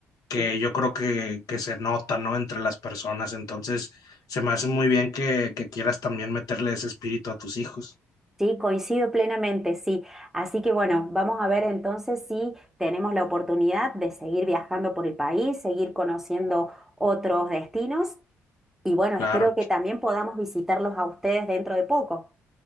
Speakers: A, on the left; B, in the centre.
A: que
B: Sí,
A: yo creo que, que se nota, ¿no? Entre las personas. Entonces, se me hace muy bien que, que quieras también meterle ese espíritu a tus hijos.
B: Sí, coincido plenamente, sí. Así que bueno, vamos a ver entonces si tenemos la oportunidad de seguir viajando por el país, seguir conociendo otros destinos y bueno,
A: Claro.
B: espero que también podamos visitarlos a ustedes dentro de poco.